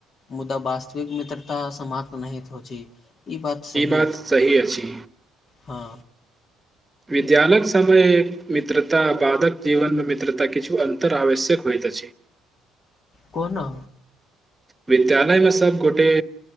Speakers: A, on the left; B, on the right.
A: मुदा वास्तविक मित्रता समाप्त नहित होछी ई बात सही
B: बात
A: अछि
B: सही अछि
A: हँ
B: विद्यालयक समयक मित्रता बादक जीवनमे मित्रता किछु अन्तर आवश्यक होइ अछि
A: कोना
B: विद्यालय मे सबगोटे